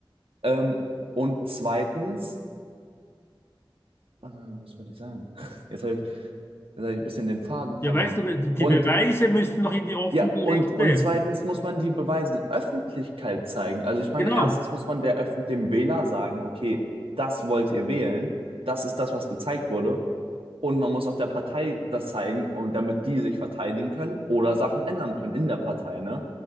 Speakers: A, on the right; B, on the left.
A: Ähm, und zweitens, äh, was wollte ich sagen? <laughs> Jetzt habe ich, jetzt hab ich ein bisschen den Faden
B: ja,
A: verloren.
B: weißt du, die
A: Und
B: Beweise müssten noch irgendwie offengelegt
A: Ja, und,
B: werden.
A: und zweitens muss man die Beweise Öffentlichkeit zeigen. Also ich meine,
B: Genau.
A: erstens muss man der Öffn dem Wähler sagen, okay, das wollt ihr wählen, das ist das, was gezeigt wurde. Und man muss auch der Partei das zeigen, und damit die sich verteidigen können oder Sachen ändern können in der Partei, ne?